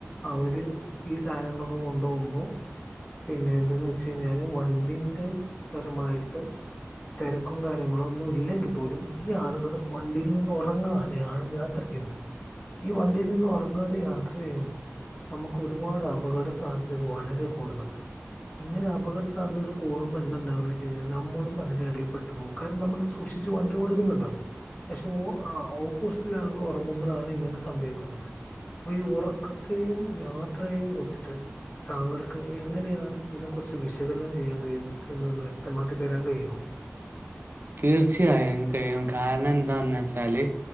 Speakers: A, on the left; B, on the right.
A: അവര് ഈ സാധനങ്ങളൊക്കെ കൊണ്ടുപോകുമ്പോൾ പിന്നെ എന്തെന്ന് വെച്ച് കഴിഞ്ഞാല് വണ്ടിന്റെ പരമായിട്ട് തിരക്കും കാര്യങ്ങളും ഒന്നും ഇല്ലെങ്കിൽ പോലും ഈ ആളുകള് വണ്ടിയിൽ നിന്ന് ഉറങ്ങാതെയാണ് യാത്ര ചെയ്യുന്നത് ഈ വണ്ടിയിൽ നിന്ന് ഉറങ്ങാതെ യാത്ര ചെയ്യുമ്പോ നമുക്ക് ഒരുപാട് അപകട സാധ്യതകള് വളരെ കൂടുന്നുണ്ട് ഇങ്ങനെ അപകട സാധ്യതകൾ കൂടുമ്പോ എന്താ ഇണ്ടാവുന്നെ വെച്ച് കഴിഞ്ഞാൽ നമ്മളും അതിന് അടിയില് പ്പെട്ടു പോകും കാരണം നമ്മൾ സൂക്ഷിച്ചു വണ്ടി ടുക്കുന്നുണ്ടാവും പക്ഷെ ഓ ആഹ് ഓപ്പോസിറ്റ് ഉള്ള ആളുകൾ ഉറങ്ങുമ്പോഴാണ് ഇങ്ങനെ സംഭവിക്കുന്നത് അപ്പൊ ഈ ഉറക്കത്തെയും യാത്രയേയും കുറിച്ചിട്ട് താങ്കൾക്ക് എങ്ങനെയാണ് ഇതിനെ കുറിച്ച് വിശകലനം ചെയ്യാൻ കഴിയുന്നത് എന്നൊന്ന് വ്യക്തമാക്കി തരാൻ കഴിയോ
B: <inaudible> തീർച്ചയായും എനിക്ക് കഴിയും കാരണം എന്താന്ന് വെച്ചാല്